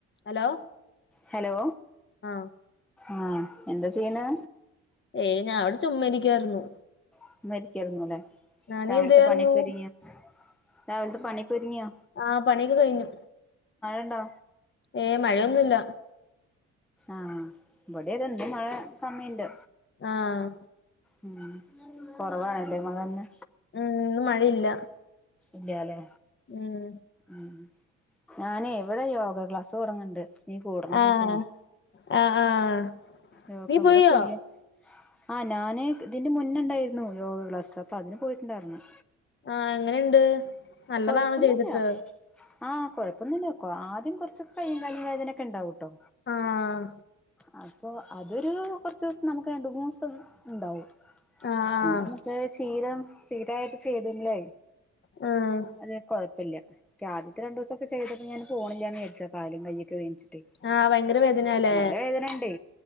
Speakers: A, on the left (about 40°); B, in the centre.
A: Hello
B: hello
A: ആഹ്
B: ആഹ് എന്താ ചെയ്യണേ?
A: ഏയ് ഞാൻ അവിടെ ചുമ്മരിക്കായിരുന്നു
B: <unintelligible> അല്ലേ രാവിലത്തെ
A: നീ എന്ത് ചെയ്യായിരുന്നു
B: പണിയൊക്കെ ഒരുരുങ്ങിയ രാവിലത്തെ പണിയക്കരുങ്ങിയാ
A: ആഹ് പണിയൊക്ക്‌ കഴിഞ്ഞു
B: ഉണ്ടോ
A: ഏ മഴയൊന്നുഇല്ല
B: ആഹ് ഇവിടെ ഇതെന്ത് മഴ കമ്മിണ്ട്
A: ആഹ്
B: ഉ കൊറവായല്ലേ അ തന്നെ
A: ഉം ഇന്ന് മഴയില്ല
B: ഇല്ലല്ലേ
A: ഉം
B: ഉ ഞാനേ എവിടെ യോഗ ക്ലാസ്സ് തുടങ്ങണ്ട് നീ കൂടണോന്നൊക്കെയാണേ
A: ആഹ് അ ആഹ്
B: യോഗഅവടെഫ്രീയാ
A: നീ പോയോ
B: ആഹ് നാന് ഇതിന്റെ മുന്നേണ്ടായിരുന്ന് യോഗക്ലാസ് അപ്പഅതിന് പോയിട്ടുണ്ടായിരുന്നു
A: ആ എങ്ങനെണ്ട് നല്ലതാണോ
B: കൊഴപ്പൊന്നല്ല്യാ
A: ചെയ്തിട്ട്
B: ആഹ് കൊഴപ്പൊന്നല്ല്യാ ആദ്യം കുറച്ചൊക്കെ കയ്യും കാലും വേദനൊക്കെണ്ടാവും ട്ടോ
A: ആഹ്
B: ആഹ് പ്പോ അതൊരു കൊറചോസം നമുക്ക് രണ്ട് മൂന്നൂസം ഇണ്ടാവും
A: ആഹ്
B: പിന്നെ
A: ആഹ്
B: മ്മക്ക് ശീലം സ്ഥിരായിട്ട് ചെയ്തില്ലേ
A: ഉം
B: അതെ കൊഴപ്പല്യാ ആദ്യത്തെ രണ്ടുസൊക്കെ ചെയ്തപ്പോ ഞ് ഞാന് പോണീല്ല്യാന്നിചാരിച്ചാ കാലും കയ്യൊക്കെ വേനിച്ചിട്ട് ട്ട്
A: ആഹ് ഭയങ്കര വേദനയാല്ലേ
B: നല്ല വേദന്ണ്ടേ